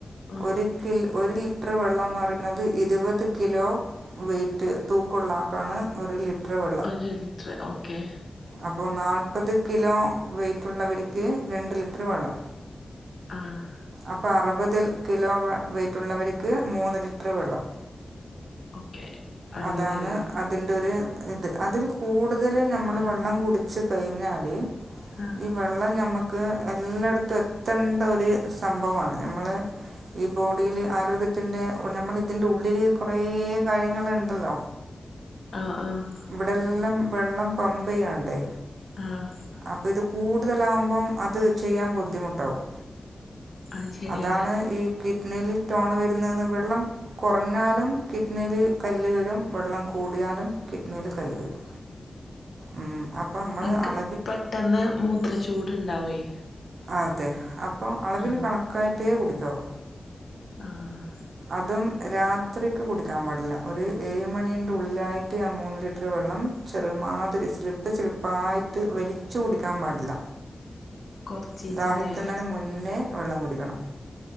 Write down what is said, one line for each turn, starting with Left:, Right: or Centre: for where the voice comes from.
Left: ആ
Right: ഒരു കിൽ ഒരു ലിറ്റർ വെള്ളം എന്ന് പറയുന്നത് ഇരുപത് കിലോ വെയിറ്റ് തൂക്കുള്ളാക്കാണ് ഒരു ലിറ്റർ വെള്ളം
Left: ലിറ്റർ ഓക്കെ
Right: അപ്പോ നാല്പ്പത് കിലോ വെയിറ്റുള്ളവർക്ക് രണ്ട് ലിറ്റർ വെള്ളം
Left: ആഹ്
Right: അപ്പ അറുപത് കിലോ വെയിറ്റുള്ളവർക്ക് മൂന്ന് ലിറ്റർ വെള്ളം
Left: ഓക്കെ അങ്ങനെയാണ്
Right: അതാണ് അതിന്റെ ഒരു ഇത് അതിൽ കൂടുതൽ ഞമ്മള്
Left: ആഹ്
Right: വെള്ളം കുടി ച്ച് കഴിഞ്ഞാല്
Left: ആഹ്
Right: ഈ വെള്ളം ഞമ്മക്ക് എല്ലാടത്തും എത്തണ്ട ഒര് സംഭവാണ് നമ്മളെ ഈ ബോഡീല് ആരോഗ്യ ത്തിൻ്റെ നമ്മൾ തിൻ്റെ ഉള്ളില് കുറേ കാര്യങ്ങള്ണ്ടല്ലോ.
Left: ആഹ് ആഹ്
Right: ഇവിടെല്ലാം വെള്ളം പമ്പയ്യാണ്ടേ
Left: ആഹ്
Right: അപ്പൊ ഇത് കൂടുതലാവുമ്പം അത് ചെയ്യാൻ ബുദ്ധിമുട്ടാവും
Left: അത് ശരിയാണ്
Right: അതാണ് ഈ കിഡ്നിൽ സ്റ്റോണ് വരുന്നെന്ന് വെള്ളം കുറഞ്ഞാലും കിഡ്നില് കല്ല് വരും വെള്ളം കൂടിയാലും കിഡ്നില് കല്ല് വരും. ഉം അപ്പം മ്മള്
Left: ഇൻക്ക്
Right: അള
Left: പെട്ടെന്ന് മൂത്രച്ചൂട്ണ്ടാവേയ്
Right: അതെ അപ്പം അളവിന്
Left: ആഹ്
Right: കണക്കായിട്ടേ കുടിക്കാവൂ
Left: ആഹ്
Right: അതും രാത്രിക് ക്ക് കുടിക്കാൻ പാടില്ല ഒരു ഏഴ് മണിന്റെ ഉള്ളിലായിട്ട് ആ മൂന്ന് ലിറ്റർ വെള്ളം ചെറുമാതിരി സ്ളിപ്പ്‌, സ്ളിപ്പ്‌ പായിട്ട് വലിച്ചു കുടിക്കാൻ പാടില്ല
Left: കൊറച്ചീച്ചലേ
Right: ദാഹിക്കുന്നതിന് മുന്നേ വെള്ളം കുടിക്കണം